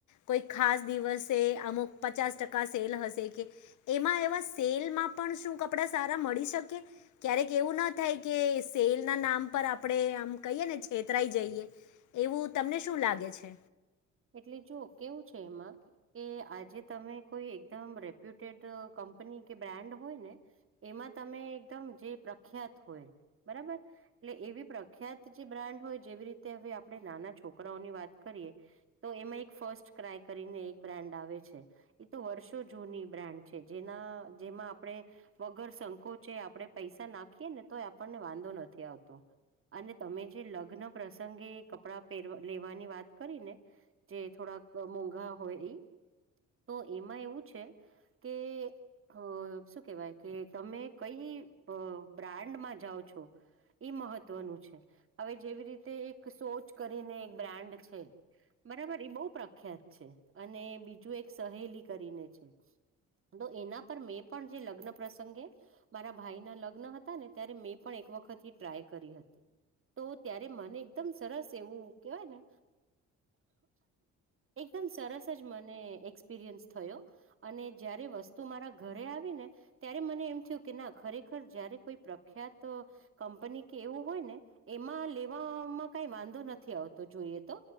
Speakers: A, on the left; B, on the right.
A: કોઈ ખાસ દિવસે અમુક પચાસ ટકા સેલ હશે કે એમાં એવા સેલમાં પણ શું કપડા સારા મળી શકે ક્યારેક એવું ના થાય કે સેલ ના નામ આમ પર આપણે આમ કહીએ ને છેતરાઈ જઈએ એવું તમને શું લાગે છે.
B: એટલે જો કેવું છે એમાં કે આજે તમે કોઈ એકદમ રેપ્યુટેડ કંપ ની કે બ્રાન્ડ હોય ને એમાં તમે એકદમ જે પ્રખ્યાત હોય બરાબર એટલે એવી પ્રખ્યાત જે બ્રાન્ડ હોય જેવી રીતે હવે આપણે નાના છોકરાઓની વાત કરી કરીએ. તો એમાં એક ફર્સ્ટ ક્રાય કરીને એક બ્રાન્ડ આવે છે એ તો વર્ષો જૂની બ્રાન્ડ છે જેના જેમાં આપણે વગર સંકોચે આપડણે પૈસા નાખીએ ને તો આપણને વાંધો નથી આવતો. તો અને તમે જે લગ્ન પ્રસંગે કપડા પર લેવાની વાત કરી ને જે થોડાક મોંઘા હોય એ તો એમાં એવું છે કે અ શું કેવાય કે તમે કઈ બ્રાન્ડમાં જાઓ છો. એ મહત્વનું છે હવે જેવી રીતે એક સોચ કરીને એક બ્રાન્ડ છે બરાબર એ બહુ પ્રખ્યાત છે અને બીજું એક સહેલી કરીને છે તો એના પર મેં પણ જે લગ્ન પ્રસંગે મારા ભાઈના લગ્ન હતા ને ત્યારે મેં પણ એક એક વખત ટ્રાય કરી હતી. તો ત્યારે મને એકદમ સરસ એવું કેવાય ને એકદમ સરસ જ મને એક્સપિરિયન્સ થયો અને જયારે વસ્તુ મારા ઘરે આવી ને ત્યારે મને એમ થયું કે ના ખરેખર જયારે કોઈ પ્રખ્યાત કંપની કે એવું હોય ને એમાં લેવામાં કઈ વાંધો નથી આવતો જોઈએ તો